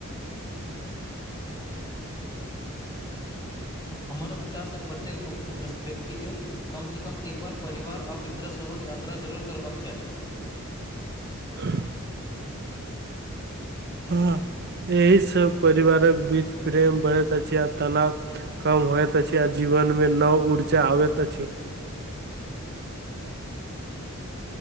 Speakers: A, on the left; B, on the right.
A: हमारा विचारसँ प्रत्येक व्यक्तिके कम से कम एक बार परिवार आ मित्र सभक यात्रा जरूर करबाक चाही
B: ह <unintelligible> हँ एहि सब परिवारक बीच प्रेम बढ़ैत अछि आ तनाव कम होयत अछि आ जीवन मे नव ऊर्जा आबैत अछि